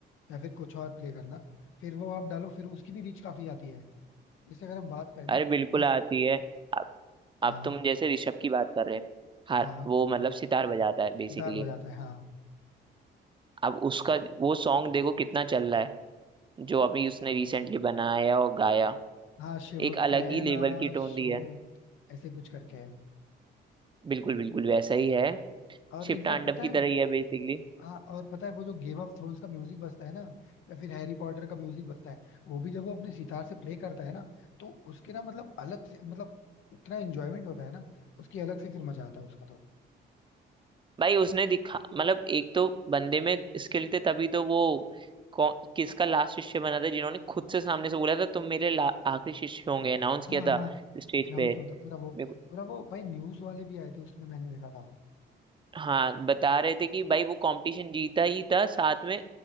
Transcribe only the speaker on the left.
या फिर कुछ और प्ले करना फिर वो आप डालो फिर उसकी भी रीच काफी आती है जैसे अगर हम बात करें ना
वो
हाँ
हाँ
सितार बजाता है हाँ
तो
हाँ शिव
कैलाश
हो
ऐसे कुछ करके है
और
इनफैक्ट
पता
है
हाँ और पता है वो जो गेम ऑफ थ्रोन्स का म्यूजिक बजता है ना या फिर हैरी पॉटर का म्यूजिक बजता है वो भी जब वो अपने सितार से प्ले करता है ना तो उसके ना मतलब अलग से मतलब इतना एंजॉयमेंट होता है ना उसकी अलग से फिर मजा आता है उसका तो
हाँ
हाँ
अनाउंस
होता पूरा वो
पूरा वो भाई न्यूज वाले भी आए थे उसमें मैंने देखा था